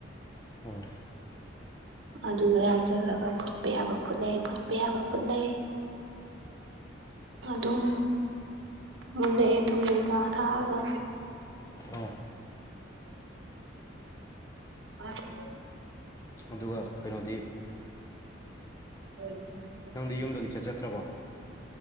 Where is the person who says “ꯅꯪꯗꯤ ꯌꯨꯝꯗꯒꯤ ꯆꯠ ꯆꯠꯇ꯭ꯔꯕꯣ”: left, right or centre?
Left